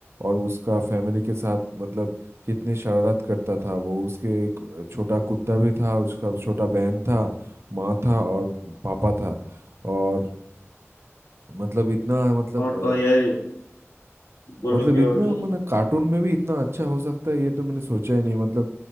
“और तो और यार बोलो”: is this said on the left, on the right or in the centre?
Left